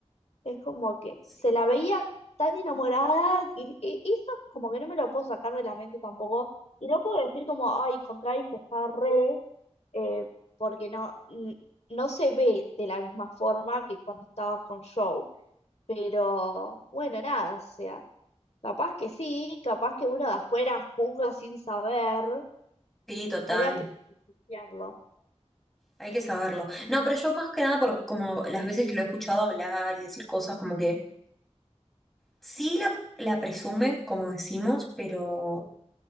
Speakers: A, on the left; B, in the centre.
A: Es como que
B: Sí.
A: se la veía tan enamorada y, y- y eso como que no me lo puedo sacar de la mente tampoco. Y no puedo decir como, ay, con Travis está re, eh, porque no, n- no se ve de la misma forma que cuando estaba con Joe. Pero bueno, nada, o sea, capaz que sí, capaz que uno de afuera juzga sin saber,
B: Sí, total.
A: habría que investigarlo.
B: Hay que saberlo. No, pero yo más que nada por como las veces que lo he escuchado hablar y decir cosas como que sí la, la presume, como decimos, pero